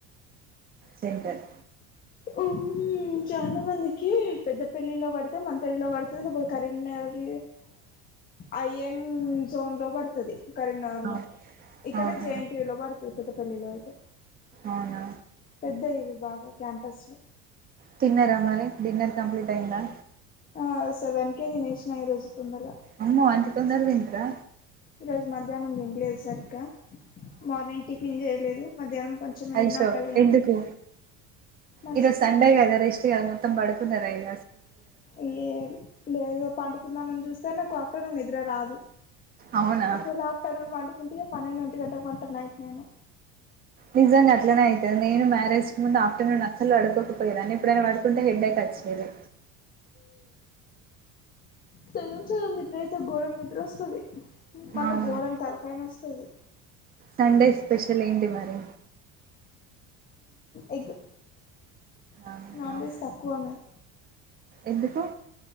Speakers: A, on the right; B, on the left.
A: సెంటర్
B: ఉమ్ చాలా మందికి పెద్ద పల్లిలో పడితే మన తల్లిలో పడుతే లేకపోతే కరీంనగర్ అయఎన్ జోన్ లో పడుతుది కరీంనగర్లో
A: ఆ
B: ఇక్కడే
A: ఆహా
B: జేఎన్టీయులో పడుతది పెద్దపల్లిలో అయితే
A: అవునా
B: పెద్ద ఇవి బాగ క్యాంపస్ లో
A: తిన్నరా మరి డిన్నర్ కంప్లీట్ అయ్యిందా
B: ఆ సెవెన్ కే తినేషిన ఈరోజు తొందర
A: అమ్మో అంత తొందర తింట్రా
B: ఈ రోజు మధ్యాహ్నం తినలేదు సరిగ్గా మార్నింగ్ టిఫిన్ చేయలేదు మధ్యాహ్నం కొంచెం ఏదన్నా
A: ఐషో
B: ఆకలైంది
A: ఎందుకి
B: మర్చిపోయా
A: ఈరోజు సండే గద రెస్ట్ గద మొత్తం పడుకున్నారా అయితే
B: ఏ లేదు పండుకుందామని చూస్తే నాకు ఆఫ్టర్ నూన్ నిద్ర రాదు
A: అవునా
B: ఒకవేళ ఆఫ్టర్నూన్ వండుకుంటేగా పన్నెండు ఒంటి గంట కి పంట నైట్ నేను
A: నిజంగా అట్లనే అవుతుంది నేను మ్యారేజ్ కు ముందు ఆఫ్టర్నూన్ అసలు పడుకో పోయేదాన్ని ఎప్పుడైనా పడుకుంటే హెడ్డేక్ వచ్చేది
B: సగం సగం నిద్ర అయితే గోరం నిద్ర వస్తది మళ్ళా
A: అవును
B: ఘోరం తలకాయ నస్తది
A: సండే స్పెషల్ ఏంటి మరి
B: ఎగ్
A: ఆహా
B: నాన్ వెజ్ తక్కువ మేమ్
A: ఎందుకు